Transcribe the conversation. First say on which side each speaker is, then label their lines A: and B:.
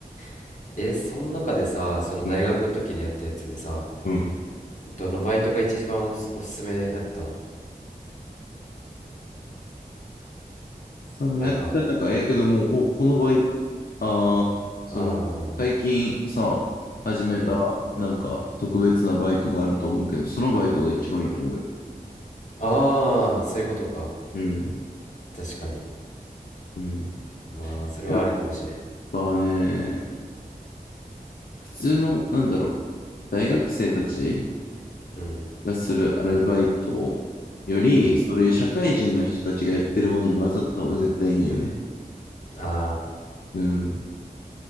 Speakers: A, on the left; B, on the left.
A: <laughs> え、その中でさ、その大学の時にやったやつでさ、
B: うん、うん。
A: どのバイトが一番おす、おすすめやった
B: そのやった中、
A: なんか、
B: やけどもうこ、この場合、ああ、その、
A: ああ、
B: 最近さ、始めた、
A: うん。
B: なんか、特別なバイトがあると思うけど、そのバイトが一番いいと思うよ。
A: ああ、そういうことか。
B: うん。
A: 確かに。
B: うん。
A: まあ、それはあるかもしれん。
B: やっぱね、普通の、なんだろう、大学生たち
A: うん。
B: がするアルバイトより、
A: うん。
B: そういう社会人の人たちがやってるものに混ざった方が絶対にいいよね。
A: あ
B: うん。